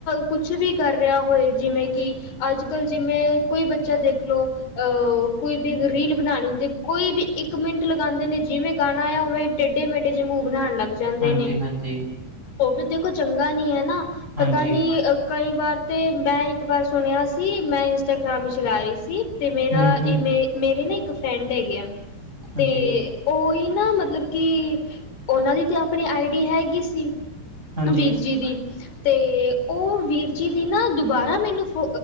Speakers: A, on the left (about 65°); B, on the right (about 15°).
A: ਕੁਛ ਵੀ ਕਰ ਰਿਆ ਹੋਏ, ਜਿਵੇਂ ਕਿ ਅੱਜ-ਕੱਲ੍ਹ ਜਿਵੇਂ ਕੋਈ ਬੱਚਾ ਦੇਖ ਲਓ ਕੋਈ ਵੀ ਰੀਲ ਬਣਾਣੀ ਹੁੰਦੀ, ਕੋਈ ਵੀ ਇੱਕ ਮਿੰਟ ਲਗਾਦੇ ਨੇ ਜਿਵੇਂ ਗਾਣਾ ਆਇਆ ਉਵੇਂ ਟੇਢੇ-ਮੇਢੇ ਜੇ ਮੂੰਹ ਬਣਾਨ ਲੱਗ ਜਾਂਦੇ
B: ਹਾਂਜੀ
A: ਨੇ।
B: ਹਾਂਜੀ ਹਾਂਜੀ।
A: ਉਹ ਵੀ ਦੇਖੋ ਚੰਗਾ ਨੀ ਹੈ ਨਾ
B: ਹਾਂਜੀ
A: ਪਤਾ ਨੀ ਕਈਂ ਵਾਰ ਤੇ, ਮੈਂ ਇੱਕ ਵਾਰ ਸੁਣਿਆ ਸੀ ਮੈਂ ਇੰਸਟਾਗ੍ਰਾਮ ਚਲਾ ਰਹੀ ਸੀ, ਤੇ ਮੇਰਾ,
B: ਹੂੰ ਹੂੰ
A: ਮੇਰੇ ਨਾ ਇੱਕ ਫਰੈਂਡ ਹੈਗੇ ਆ।
B: ਹਾਂਜੀ
A: ਤੇ ਉਹੀ ਨਾ ਮਤਲਬ ਕਿ, ਉਹਨਾਂ ਦੀ ਤੇ ਆਪਣੇ ਆਈਡੀ ਹੈਗੀ ਸ ਸੀ,
B: ਹਾਂਜੀ
A: ਵੀਰ ਜੀ ਦੀ। ਤੇ, ਉਹ ਵੀਰ ਜੀ ਦੀ ਨਾ, ਦੁਬਾਰਾ ਮੈਨੂੰ ਫ